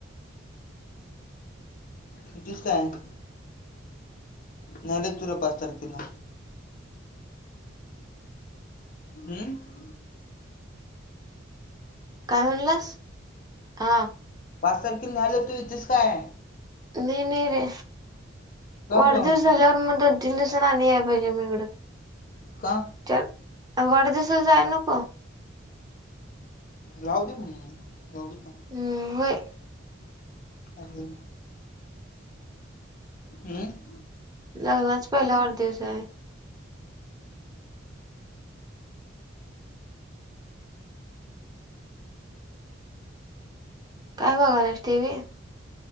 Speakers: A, on the left (about 45°); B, on the right (about 20°).
A: किती सांग? न्यायला येतो तुला पाच तारखेला. हम्म.
B: काय म्हणलास? आ.
A: पार्सल तेन न्यायला येतो इथीस काय?
B: नही नही रे.
A: का
B: वाढदिवस
A: ग
B: झाल्यावर मग दोन, तीन दिवसान आणि या पाहिजे म हिकड.
A: का?
B: च्याल वाढदिवसाला जाय नको.
A: राहू दे मंग जाऊ नका.
B: हम्म होय.
A: चालेल हम्म.
B: लग्नाचा पहिला वाढदिवस हाय. काय बघायलास? टीव्ही.